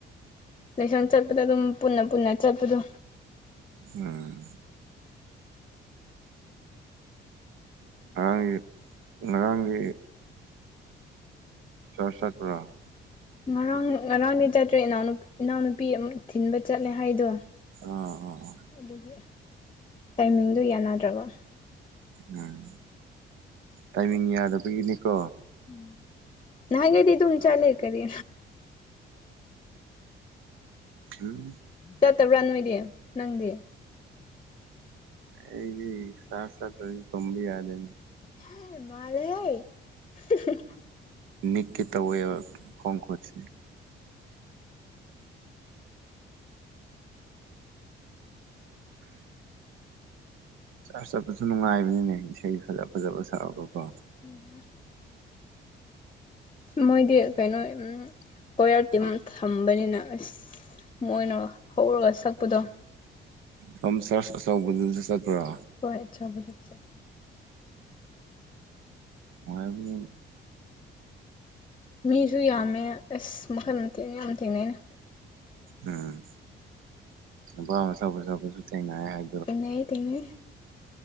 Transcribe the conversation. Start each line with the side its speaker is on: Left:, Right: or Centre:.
Left: ꯂꯥꯏꯁꯪ ꯆꯠꯄꯗ ꯑꯗꯨꯝ ꯄꯨꯟꯅ ꯄꯨꯟꯅ ꯆꯠꯄꯗꯣ
Right: ꯎꯝ ꯉꯔꯥꯡꯒꯤ ꯉꯔꯥꯡꯒꯤ <unintelligible>
Left: ꯉꯔꯥꯡ ꯉꯔꯥꯡꯗꯤ ꯆꯠꯇ꯭ꯔꯦ ꯏꯅꯥꯎ ꯏꯅꯥꯎꯅꯨꯄꯤ ꯑꯃꯨ ꯊꯤꯟꯕ ꯆꯠꯂꯦ ꯍꯥꯏꯗꯣ
Right: ꯑꯥ ꯑꯥ
Left: ꯑꯗꯨꯒꯤ ꯇꯥꯏꯃꯤꯡꯗꯨꯣ ꯌꯥꯅꯗ꯭ꯔꯕ
Right: ꯎꯝ ꯇꯥꯏꯃꯤꯡ ꯌꯥꯗꯕꯒꯤꯅꯤꯀꯣ
Left: ꯎꯝ ꯅꯪꯒꯦꯗꯤ ꯑꯗꯨꯝ ꯆꯂꯦ ꯀꯔꯤ
Right: ꯎꯝ
Left: ꯆꯠꯇꯕ꯭ꯔꯥ ꯅꯣꯏꯗꯤ ꯅꯪꯗꯤ
Right: ꯑꯩꯒꯤ ꯁꯥꯠ ꯁꯠ ꯇꯣꯡꯝꯕꯤ ꯌꯥꯔꯦ
Left: ꯍꯥ ꯃꯟꯂꯦꯍꯦ ꯍꯨꯃ ꯍꯨꯝ
Right: ꯅꯀꯤ ꯇꯕꯨ ꯐꯣꯡꯁꯤ ꯆꯠ ꯆꯠꯄꯁꯨ ꯅꯨꯡꯉꯥꯏꯕꯅꯤꯅꯦ ꯏꯁꯩ ꯐꯖ ꯐꯖꯕ ꯁꯛꯑꯒ ꯀꯣ
Left: ꯎꯃꯍꯨꯝ ꯃꯣꯏꯗꯤ ꯀꯩꯅꯣ ꯎ ꯀꯣꯌꯔ ꯇꯤꯝ ꯊꯝꯕꯅꯤꯅ ꯑꯁ ꯃꯣꯏꯅ ꯍꯧꯔꯒ ꯁꯛꯄꯗꯣ
Right: ꯁꯝ ꯆꯔꯁ ꯑꯆꯧꯕꯗꯨꯅꯁꯨ ꯆꯠꯄ꯭ꯔꯥ
Left: <unintelligible> <inaudible>
Right: ꯍꯉꯥꯏꯕ
Left: ꯃꯤꯁꯨ ꯌꯥꯝꯃꯦ ꯑꯁ ꯃꯈꯜ ꯃꯊꯦꯜ ꯌꯥꯝ ꯊꯦꯡꯅꯩꯅ
Right: ꯎꯝ ꯄꯥꯝ ꯁꯕꯨ ꯁꯕꯨꯁꯨ ꯊꯅꯑ ꯍꯥꯏ
Left: ꯊꯦꯡꯅꯩꯌꯦ ꯊꯦꯡꯅꯩꯌꯦ